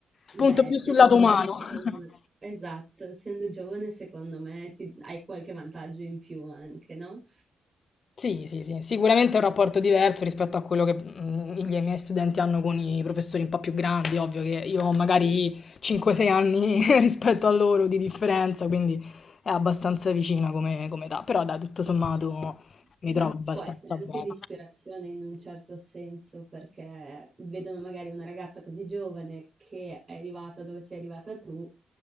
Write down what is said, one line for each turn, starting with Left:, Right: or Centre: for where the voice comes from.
Right: Beh,
Left: punto più
Right: essendo
Left: sul lato
Right: giovane,
Left: umano.
Right: secondo
Left: <laughs>
Right: me, esatto, essendo giovane, secondo me ti- hai qualche vantaggio in più anche, no?
Left: Sì, sì, sì, sicuramente è un rapporto diverso rispetto a quello che mm, i miei studenti hanno con i professori un po' più grandi, ovvio che io ho magari 5-6 anni <laughs> rispetto a loro di differenza, quindi è abbastanza vicina come, come età, però dai, tutto sommato mi
Right: Beh,
Left: trovo abbastanza
Right: può essere anche
Left: bene.
Right: di ispirazione in un certo senso, perché vedono magari una ragazza così giovane che è arrivata dove sei arrivata tu